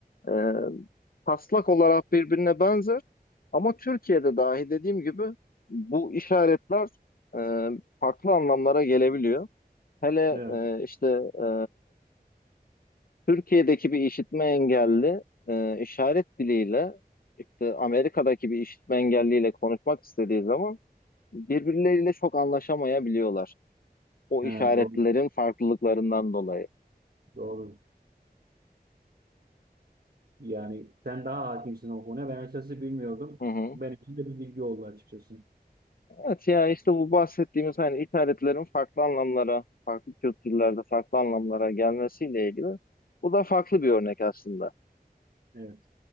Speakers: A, on the left (about 65°); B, on the right (about 65°).
A: E, taslak olarak birbirine benzer ama Türkiye'de dahi dediğim gibi bu işaretler e, farklı anlamlara gelebiliyor. Hele
B: evet.
A: e, işte e, Türkiye'deki bir işitme engelli e, işaret diliyle işte Amerika'daki bir işitme engelliyle konuşmak istediği zaman birbirleriyle çok anlaşamayabiliyorlar. O
B: Ha,
A: işaretlerin
B: doğru.
A: farklılıklarından dolayı.
B: Doğru. Yani sen daha hakimsin o konuya. Ben açıkçası bilmiyordum.
A: Hı hı.
B: Benim için de bir bilgi oldu açıkçası.
A: Evet ya işte bu bahsettiğimiz hani ithalatlerin farklı anlamlara, farklı kültürlerde farklı anlamlara gelmesiyle ilgili bu da farklı bir örnek aslında.
B: Evet.